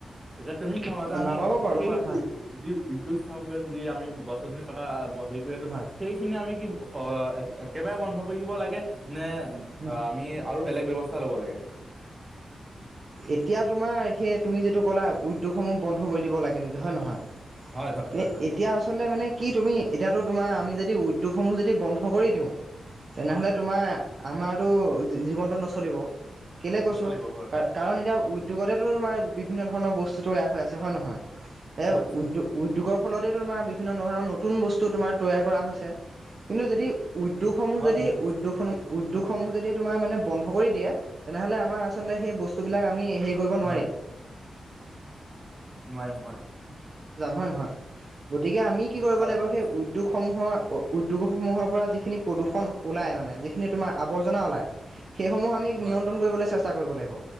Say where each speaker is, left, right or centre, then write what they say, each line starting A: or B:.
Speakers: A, on the right; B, on the right.
A: এতিয়া তুমি ভাবা যে আমি
B: নাপাব বাৰু
A: সেই
B: হয় হয়
A: দি উদ্যোগ স্থাপন কৰি আছো যি আমি গছ-গছনি চিনি কটা হেৰি কৰি আছো
B: হয়
A: সেইখিনি আমি কি অ একেবাৰে বন্ধ কৰিব লাগে নে
B: উম
A: আমি আৰু বেলেগ ব্যৱস্থা ল'ব লাগে
B: এতিয়া তোমাৰ সেই তুমি যিটো ক'লা উদ্যোগসমূহ বন্ধ কৰি দিব লাগে নেকি হয় নহয়
A: হয় হয়
B: কি
A: হয় হয়।
B: এতিয়া আচলতে মানে কি তুমি এতিয়াতটো তোমাৰ আমি যদি উদ্যোগসমূহ যদি যদি বন্ধ কৰি দিওঁ তেনেহ'লে
A: হয় হয়
B: তোমাৰ আমাৰতো জীৱনটো নচলিব কেলে
A: নচলিব
B: কৈছো
A: হয়
B: কাৰণ এতিয়া উদ্যোগতেতো তোমাৰ বিভিন্ন ধৰণৰ বস্তু তৈয়াৰ হৈ আছে হয় নহয় এ
A: হয় হয়
B: উদ্য উদ্যোগক ফলতে তোমাৰ বিভিন্ন ধৰণৰ নতুন বস্তু তোমাৰ তৈয়াৰ কৰা হৈছে কিন্তু যদি উদ্যোগসমূহ
A: হয়
B: যদি
A: হয়
B: উদ্যোগসমূহ উদ্যোগসমূহ যদি তোমাৰ মানে বন্ধ কৰি দিয়ে তেনেহলে আমাৰ আচলতে সেই বসু ব অ হৈ যাম
A: হয় নোৱাৰিম হয়
B: হয়ে নহয় গতিকে আমি কি কৰিব
A: হয়
B: লাগিব
A: হয়
B: সেই উদ্যোগসমূহৰ উদ্যোগসমূহৰ পৰা যিখিনি প্ৰদূষণ ওলাই মানে যিখিনি তোমাৰ আৱৰ্জনা ওলায় সেইসমূহ আমি
A: হয়
B: নিয়ন্ত্ৰণ কৰিবলৈ চেষ্টা কৰিব লাগিব